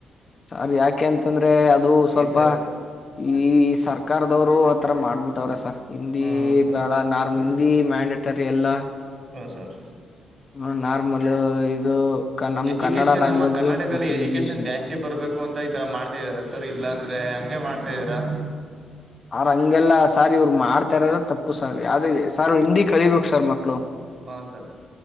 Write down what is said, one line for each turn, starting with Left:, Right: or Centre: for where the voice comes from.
Left: ಸರ್ ಯಾಕೆ ಅಂತಂದ್ರೆ ಅದು ಸ್ವಲ್ಪ
Right: ಈ ಸರ್ಕ
Left: ಈ ಸರ್ಕಾರದವ್ರು ಆ ರ ಮಾಡ್ಬಿಟ್ಟವ್ರೆ ಸರ್ ಹಿಂದಿ
Right: ಹಾ ಸರ್
Left: ಬಾಳ ನಾರ್ಮಲ್ ಮ್ಯಾಂಡಟರಿ ಎಲ್ಲಾ
Right: ಹಾಂ ಸರ್
Left: ಹ್ಮ ನಾರ್ಮಲ್ ಇದು ಕ ನಮ್
Right: ಎಜುಕೇಶನ್
Left: ಕನ್ನಡ ಲ್ಯಾಂಗ್ವೇಜು
Right: ನಮ್ಮ ಕರ್ನಾಟಕದಲ್ಲಿ
Left: ಜೊತೆಗೆ
Right: ಎಜುಕೇಶನ್
Left: ಇಂಗ್ಲಿಷ್ ಅಂತ
Right: ಜಾಸ್ತಿ ಬರ್ಬೇಕು ಅಂತ ಈ ತರ ಮಾಡ್ತಾ ಇದಾರೆ ಸರ್ ಇಲ್ಲಾಂದ್ರೆ ಹಂಗೆ ಮಾಡ್ತಾದ್ದೀರಾ
Left: ಆ್ರ ಹಂಗೆಲ್ಲ ಸಾರ್ ಇವ್ರು ಮಾಡ್ತಾರಾರ ತಪ್ಪು ಸರ್ ಯಾವ್ದ ಸಾರ್ ಹಿಂದಿ ಕಲಿಬೇಕು ಸರ್ ಮಕ್ಳು
Right: ಹ ಸರ್